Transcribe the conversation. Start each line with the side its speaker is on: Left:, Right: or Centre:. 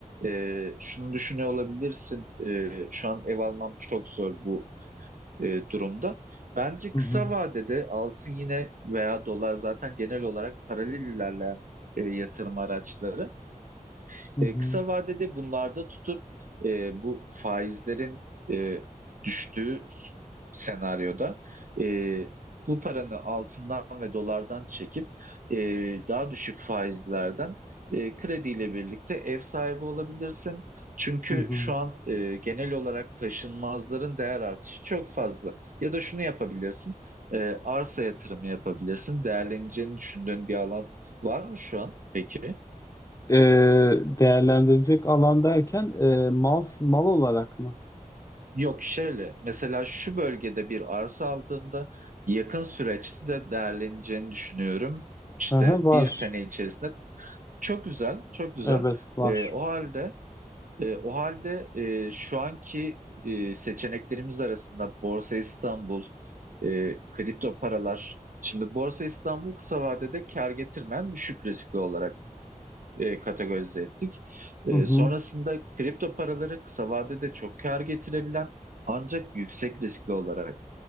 Right: e, şunu düşünüyor olabilirsin e, şu an ev almam çok zor bu e, durumda. Bence
Left: Hı
Right: kısa
Left: hı.
Right: vadede altın yine veya dolar zaten genel olarak paralel ilerleyen e, yatırım araçları.
Left: Hı
Right: E,
Left: hı,
Right: kısa vadede bunlarda tutup e, bu faizlerin e, düştüğü senaryoda e, bu paranı altından ve dolardan çekip e, daha düşük faizlerden e, krediyle birlikte ev sahibi olabilirsin. Çünkü
Left: hı hı.
Right: şu an e, genel olarak taşınmazların değer artışı çok fazla. Ya da şunu yapabilirsin, e, arsa yatırımı yapabilirsin. Değerleneceğini düşündüğün bir alan var mı şu an peki?
Left: Ee, değerlendirecek alan derken e, mal mal olarak mı?
Right: Yok şöyle mesela şu bölgede bir arsa aldığımda yakın süreçte de değerleneceğini düşünüyorum. İşte
Left: Hı hı, var.
Right: bir sene içerisinde çok güzel çok güzel.
Left: Evet var.
Right: Ee, o halde e, o halde e, şu anki e, seçeneklerimiz arasında Borsa İstanbul, e, kripto paralar. Şimdi Borsa İstanbul kısa vadede kar getirmeyen düşük riskli olarak e, kategorize ettik. E,
Left: Hı hı,
Right: sonrasında kripto paraları kısa vadede çok kar getirebilen ancak yüksek riskli olarak